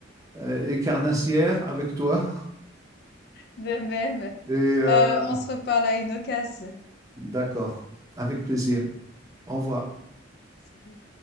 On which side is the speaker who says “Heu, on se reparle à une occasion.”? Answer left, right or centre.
Left